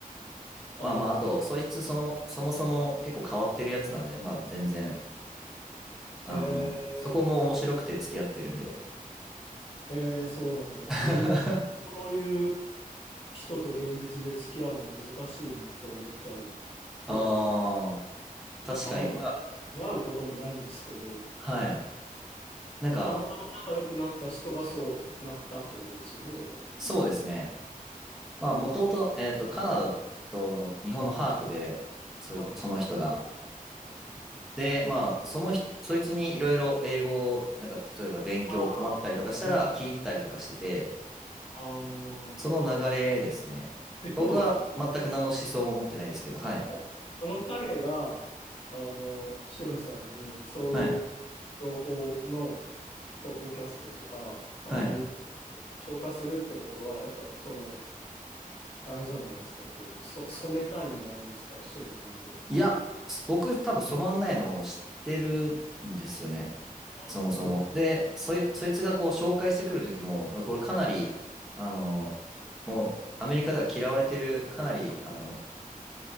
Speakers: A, on the left (about 40°); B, in the centre.
A: ああ、
B: まあまあ、
A: まあ、
B: あと、そいつそも、そもそも結構変わってるやつなんで、まあ全然、あの、
A: え
B: そこも面白くて付き合ってるんで。
A: ー、えー、そうなんだ。
B: <laughs>
A: 自分、そういう人と現実で付き合うの難しいなって思っちゃうとこがある。
B: ああ、確かに。
A: まあ、あんま
B: まあ、
A: 出会うこともないんですけど、
B: はい。なんか、
A: まあ、たまたま仲良くなった人がそうなったってことですよね、要は。
B: そうですね。まあ、もともと、えっと、カナダとの日本のハーフで、そ、
A: はいはい
B: その人が。
A: はい。
B: で、まあ、その人、そいつにいろいろ英語を、なんか、例えば勉強困ったりとかしたら聞いてたりとかしてて、
A: ああ、なるほど。ああ、
B: その流れですね。
A: でも、
B: 僕は全く何の思想も持ってないですけど、はい。
A: はい、その彼が、あの、しゅんさんにそういう情報の
B: はい。
A: ポッドキャストとか、あの、
B: はい。
A: YouTube 紹介するってことは、やっぱその、あれじゃないですか、こう、そ、染めたいんじゃないですか、しゅんさんを。
B: いや、す僕多分染まんないのを知ってるんですよね。
A: あーそう
B: そもそも。で、そい、そいつがこう紹介してくる時も、これかなり、あの、もうアメリカでは嫌われてる、かなり、あの、